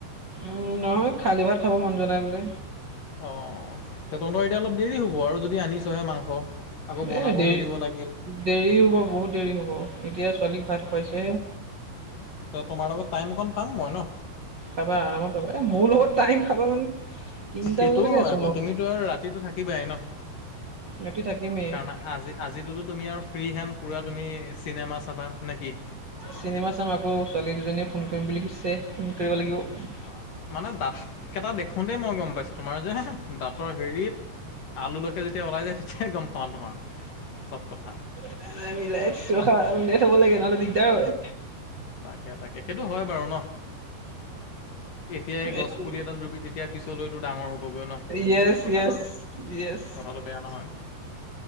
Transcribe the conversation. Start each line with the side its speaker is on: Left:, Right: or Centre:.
Right: উম নহয়, খালী ভাত খাব মন যোৱা নাই বোলে।
Left: অঁহ এতিয়া তহঁতৰ এতিয়া অলপ দেৰি হ'ব আৰু যদি আনিছহে মাংস। আকৌ
Right: এ
Left: বনাব
Right: দেৰি
Left: মেলিব লাগিল
Right: দেৰি হ'ব বহুত দেৰি হ'ব এতিয়া ছোৱালীক ভাত খুৱাইছেহে।
Left: চ তোমাৰ লগত টাইম অকণ পাম মই ন।
Right: তা পা আৰামত পাবা এ মোৰ লগত টাইম খাবা মানে তিনিটা
Left: সেইটোও
Right: বজালৈকে
Left: হয়
Right: আছো
Left: আকৌ
Right: মই
Left: তুমিতো আৰু ৰাতিটো থাকিবাই ন।
Right: ৰাতি থাকিমেই
Left: কানা আজি আজিটোতো তুমি আৰু ফ্ৰী হেণ্ড। পূৰা তুমি চিনেমা চাবা নে কি?
Right: চিনেমা চাম আকৌ, ছোৱালী দুজনীয়ে ফোন কৰিম বুলি কৈছে, ফোন কৰিব লাগিব।
Left: অ মানে দাঁত কেইটা দেখোতেই মই গম পাইছো। তোমাৰ যে হে দাঁতৰ হেৰিত আলুলৈকে যেতিয়া ওলাই যায় তেতিয়াই গম পাওঁ, তোমাৰ চব কথা
Right: নাই নাই মিলাই
Left: মই।
Right: দিছো ৰখা উলিয়াই থ'ব লাগে নহ'লে দিগদাৰ হয়।
Left: তাকে তাকে সেইটো হয় বাৰু ন? এতিয়া এই
Right: এইটো
Left: গছ পুলি এডাল ৰুবি তেতিয়া পিছলৈতো ডাঙৰ হ'বগৈ নহ।
Right: য়েছ
Left: সেইৱে কথা
Right: য়েছ
Left: বাৰু।
Right: য়েছ
Left: কথাটো বেয়া নহয়।